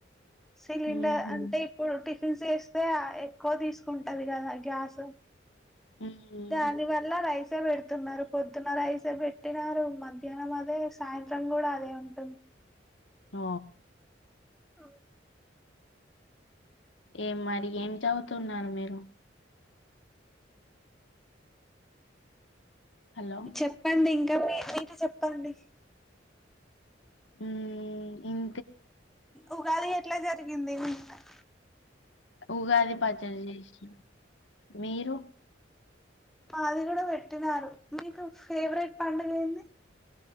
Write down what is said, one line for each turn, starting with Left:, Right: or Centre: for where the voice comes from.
Centre: సిలిండర్
Left: మ్మ్హ్
Centre: అంటే ఇప్పుడు పిల్స్ చేస్తే ఆ ఎక్కువ తీస్కుంటది కదా గ్యాస్
Left: మ్మ్
Centre: దానివల్ల రైసే పెడుత్ తున్నరు పొద్దున్న రైసే పెట్టినారు మధ్యాహ్నం అదే సాయంత్రం కూడా అదే ఉంటుం
Left: ఆ
Centre: ఆ
Left: ఏం మరి ఏం చవుతున్నారు మీరు హలో
Centre: చెప్పండి ఇంకా మీ మీరు చెప్పండి
Left: ఊ ఇం
Centre: ఉగాది ఎట్లా జరిగింది మోన్న
Left: ఉగాది పచ్చడి జేష్న మీరు
Centre: మాది కూడ పెట్టినారు మీకు ఫేవరెట్ పండుగేంది